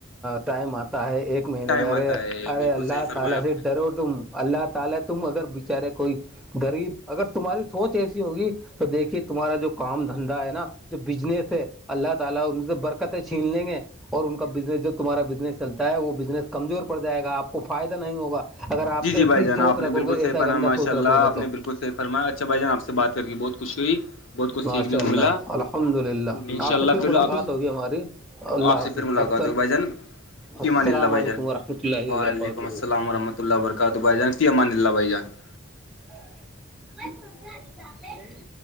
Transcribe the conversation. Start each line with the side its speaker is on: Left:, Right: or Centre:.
Centre: ٹائم آتا ہے ایک مہینے
Left: ٹائم
Centre: برے
Left: آتا ہے
Centre: ارے
Left: بالکل
Centre: اللہ
Left: صحیح فرمایا
Centre: تعالی
Left: آپ
Centre: سے
Left: نے
Centre: ڈرو تم <unintelligible> اللہ تعالی تم اگر بچارے کوئی غریب اگر تمہاری سوچ ایسی ہو تو دیکھیے تمہارا جو کام دھندا ہے نا جو بجنس ہے اللہ تعالی ان سے برکتیں چھین لیں گے اور ان کا بزنس جو تمہارا بزنس چلتا ہے وہ بزنس کمزور پڑ جائے گا آ کو فائدہ نہیں ہوا اگر آپ
Left: جی جی
Centre: ایسی
Left: بھائی جان
Centre: سوچ
Left: آپ نے
Centre: رکھو
Left: بالکل
Centre: گے
Left: صحیح
Centre: ایسا
Left: فرمایا
Centre: گندا
Left: ماشاء
Centre: سوچ
Left: اللہ
Centre: رکھو گے
Left: آپ نے
Centre: تو
Left: بالکل فرمایا اچھا بھائی جان آ سے بات کر کے بہت خوشی ہوئی بہت کچھ
Centre: ماشاء
Left: سیکھنے کو
Centre: اللہ
Left: ملا
Centre: الحمد للہ
Left: ان
Centre: آپ
Left: شاء اللہ
Centre: سے
Left: پھر
Centre: ملاقات
Left: آپ
Centre: ہوگی ہماری اللہ
Left: <unintelligible> آپ سے
Centre: حافظ
Left: پھر ملاقات
Centre: السل
Left: ہوگی بھ جان <unintelligible> فمان
Centre: السلام
Left: اللہ
Centre: علیکم
Left: بھ جان
Centre: ورحمۃ اللہ
Left: وعلیکم
Centre: وبرکاتہ
Left: السلام ورحمۃ <unintelligible> تو اللہ برکات بائی جان ماندلہ بائی جان <unintelligible>
Centre: س <inaudible>